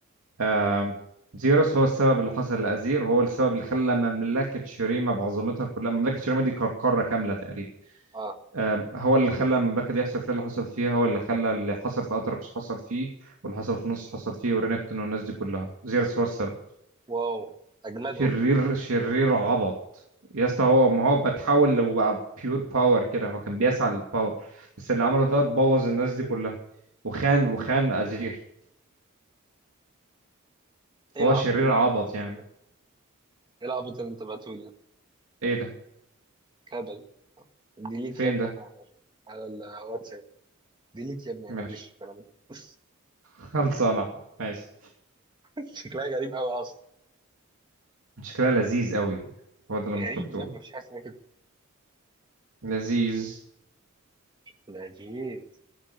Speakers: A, on the right; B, on the right.
A: آم، زيرس هو السبب اللي حصل لازير وهو السبب اللي خلى مملكه شريمه بعظمتها كلها مملكه شريمه دي كانت قاره كامله تقريبا
B: اه
A: آه، هو اللي خلى المملكه دي يحصل فيها اللي حصل فيها هو اللي خلى اللي حصل في اتركس حصل فيه واللي حصل في نص حصل فيه ورينكتون والناس دي كلها زيرس هو السبب
B: واو اجمدهم
A: شرير
B: يعني
A: شرير عبط يا اسطى هو ما هو بتحول وبقى بيور باور كده هو كان بيسعى للباور بس اللي عمله ده بوظ الناس دي كلها وخان وخان ازير فهو
B: ايه العبط
A: شرير
B: اللي
A: عبط
B: انت بعتهولي
A: يعني
B: ده؟ ايه العبط اللي انت بعتهولي ده؟
A: ايه ده
B: كابل ديليت
A: فين
B: يا ابني
A: ده
B: انا على الواتساب ديليت يا ابني
A: ماشي
B: انا ماليش في الكلام ده <laughs>
A: <laughs> خلصانه ماشي
B: شكلها غريب قوي اصلا
A: شكلها لذيذ قوي هو ده اللي
B: غريب
A: المفروض تقول
B: يا ابني مش حاسس انك كده
A: لذيذ
B: لا جيز